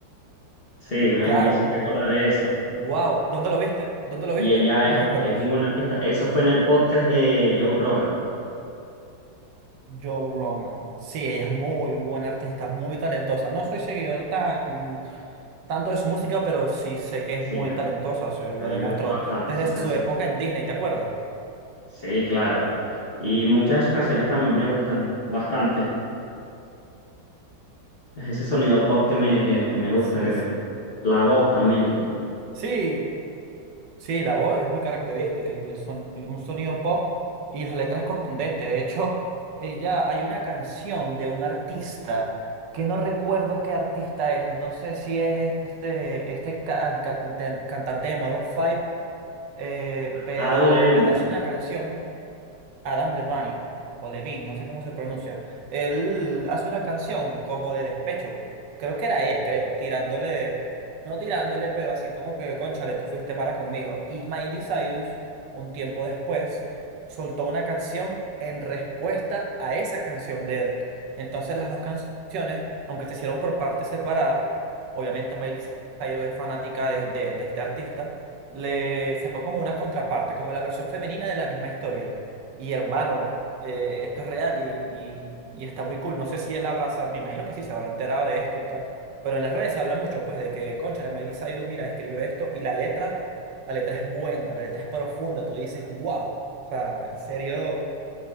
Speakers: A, on the left; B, on the right.
A: Sí, me,
B: claro.
A: me hiciste acordar de eso.
B: Wow. ¿Dónde lo viste? ¿Dónde lo
A: Y
B: viste?
A: ella
B: ¿No
A: es,
B: recuerdas?
A: es muy buena artista. Eso fue en el podcast de Joe Rogan.
B: Joe Rogan. Sí, ella es muy buena artista, muy talentosa. No soy seguidor tan tanto de su música, pero sí sé que es
A: Sí,
B: muy
A: a,
B: talentosa. Se lo
A: a mí
B: demostró
A: me gustan bastante
B: desde
A: sus
B: su
A: canciones.
B: época en Disney, ¿te acuerdas?
A: Sí, claro. Y muchas de sus canciones también me gustan bastante. Es ese sonido pop que me, que que me gusta,
B: Sí,
A: creo.
B: sí.
A: La voz también que tiene.
B: Sí, sí, la voz es muy característica y el sonido, un sonido pop y las letras contundentes. De hecho, ella hay una canción de un artista que no recuerdo qué artista es. No sé si es este, este can- canten- cantante de Maroon 5 eh, pero
A: Adam Levine.
B: él hace una canción. Adam Levine, o Levine, no sé cómo se pronuncia, él hace una canción como de despecho. Creo que era él, creo, tirándole, no tirándole, pero así como que, cónchale, tú fuiste mala conmigo. Y Miley Cyrus, un tiempo después, soltó una canción en respuesta a esa canción de él. Entonces las dos canciones, aunque se hicieron por partes separadas, obviamente Miley Cyrus es fanática de, de de este artista, le sacó como una contraparte, como la versión femenina de la misma historia. Y hermano, eh, esto es real y, y- y está muy cool. No sé si él habrá, se- me imagino que sí, se habrá enterado de esto y tal. Pero en las redes se habla mucho, pues, de que, concha, la Miley Cyrus, mira, escribió esto y la letra, la letra es buena, la letra es profunda. Tú dices, wow. O sea, en serio,